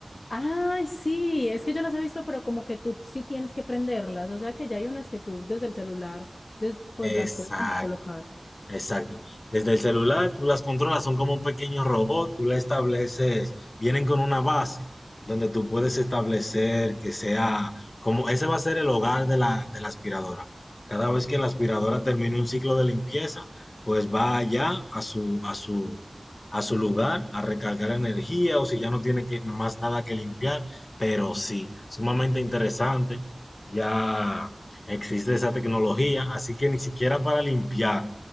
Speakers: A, on the left; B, on the left.
A: Ay, sí, es que yo las he visto, pero como que tú sí tienes que prenderlas, o sea que ya hay unas que tú desde el celular, des- pues las
B: Exacto.
A: puedes como colocar.
B: Exacto. Desde el celular tú las controlas, son como un pequeño robot, tú le estableces, vienen con una base donde tú puedes establecer que sea como ese va a ser el hogar de la, de la aspiradora. Cada vez que la aspiradora termine un ciclo de limpieza, pues va allá a su, a su, a su lugar a recargar energía o si ya no tiene que- más nada que limpiar, pero sí, sumamente interesante. Ya existe esa tecnología, así que ni siquiera para limpiar